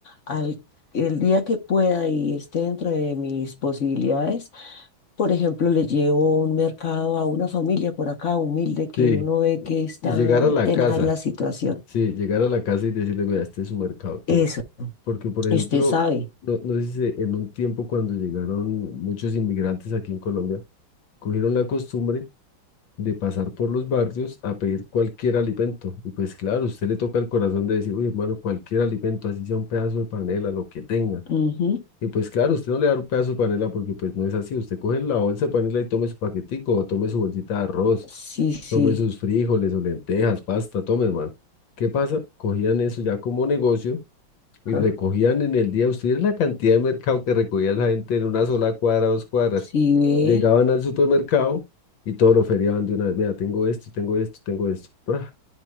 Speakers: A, on the left; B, on the left.
A: Al, el día que pueda y esté dentro de mis posibilidades por ejemplo, le llevo un mercado a una familia por acá humilde que
B: sí,
A: uno ve
B: y
A: que está
B: y llegar a la
A: tenaz
B: casa,
A: la situación.
B: sí, llegar a la casa y decirle, mira, este es su mercado,
A: Eso,
B: todo, porque, por ejemplo,
A: usted sabe.
B: no, no sé si se- en un tiempo cuando llegaron muchos inmigrantes aquí en Colombia, cogieron la costumbre de pasar por los barrios a pedir cualquier alimento. Y pues claro, usted le toca el corazón de decir, uy, hermano, cualquier alimento, así sea un pedazo de panela, lo que tenga.
A: Ujú.
B: Y pues claro, usted no le da un pedazo de panela porque pues no es así. Usted coge la bolsa de panela y tome su paquetico, o tome su bolsita de arroz,
A: Sí, sí.
B: tome sus frijoles o lentejas, pasta, tome, hermano. ¿Qué pasa? Cogían eso ya como negocio y
A: Ja.
B: recogían en el día, ustedes la cantidad de mercado que recogía la gente en una sola cuadra, dos cuadras.
A: Sí ve.
B: Llegaban al supermercado y todo lo feriaban de una vez. Vea, tengo esto, tengo esto, tengo esto. ¡Pra!